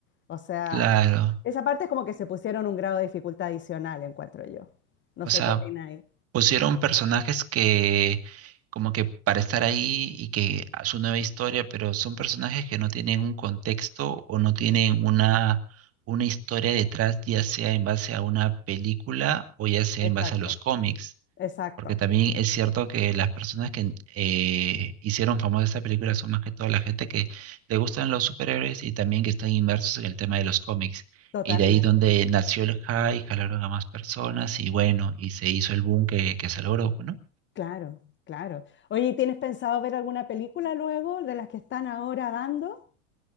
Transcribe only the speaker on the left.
O sea,
esa parte es como que se pusieron un grado de dificultad adicional, encuentro yo. No
sé
qué opináis.
Exacto,
exacto,
totalmente.
Claro, claro. Oye, ¿tienes pensado ver alguna película luego de las que están ahora dando?